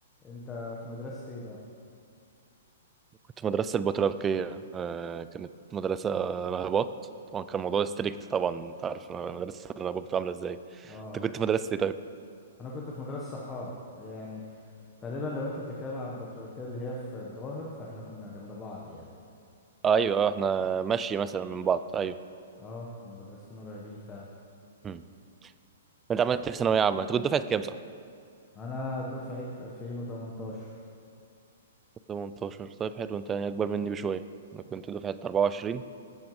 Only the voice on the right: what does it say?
كنت في مدرسة البطريركية آه، كانت مدرسة راهبات طبعا كان الموضوع ستريكت طبعا انت عارف مدرسة الراهبات بتبقى عاملة ازاي
انت
كنت في مدرسة ايه طيب؟
ايوه اه احنا ماشي مثلا من بعض ايوه
مم. انت عملت إيه في ثانوية عامة انت كنت دفعة كام صح؟
كنت 18 طيب حلو انت يعني اكبر مني بشوية انا كنت دفعة 24